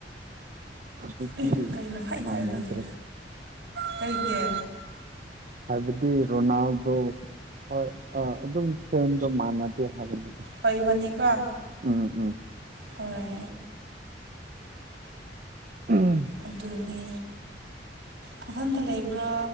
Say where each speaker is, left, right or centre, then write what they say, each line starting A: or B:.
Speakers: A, on the right; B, on the right.
A: ꯑꯗꯨꯗꯤ
B: ꯑꯦ ꯀꯩꯅꯣ ꯍꯥꯏ
A: ꯃꯥꯟꯅꯗ꯭ꯔꯦ
B: ꯍꯥꯏꯕꯗꯨꯗꯤ ꯀꯩꯒꯤ
A: ꯍꯥꯏꯕꯗꯤ ꯔꯣꯅꯥꯜꯗꯣ ꯍꯣꯏ ꯑꯥ ꯑꯗꯨꯝ ꯐꯦꯟꯗꯣ ꯃꯥꯟꯅꯗꯦ ꯍꯥꯏꯕꯅꯤꯗ
B: ꯍꯣꯏ ꯏꯕꯥꯅꯤꯀꯣ
A: ꯎꯝ ꯎꯝ
B: ꯍꯣꯏ
A: <unintelligible>
B: ꯑꯗꯨꯅꯦ ꯅꯊꯟꯇ ꯂꯩꯕ꯭ꯔꯥ